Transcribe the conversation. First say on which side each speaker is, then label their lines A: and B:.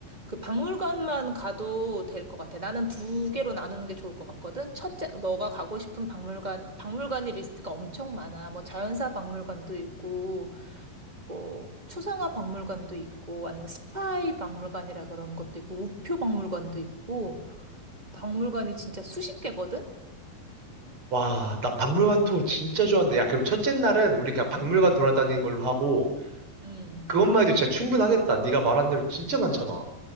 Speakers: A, on the right (about 15°); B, on the right (about 35°).
A: 그 박물관만 가도 될 것 같아. 나는 두 개로 나누는 게 좋을 것 같거든. 첫째, 너가 가고 싶은 박물관, 박물관이 리스트가 엄청 많아. 뭐 자연사 박물관도 있고, 뭐 초상화 박물관도 있고, 아니면 스파이 박물관이라 그런 것도 있고, 우표 박물관도 있고, 박물관이 진짜 수십 개거든?
B: 와, 나 박물관 투어 진짜 좋아하는데. 야, 그럼 첫째 날은 우리 그냥 박물관 돌아다니는 걸로 하고
A: 음.
B: 그것만 해도 진짜 충분하겠다. 네가 말한 대로 진짜 많잖아.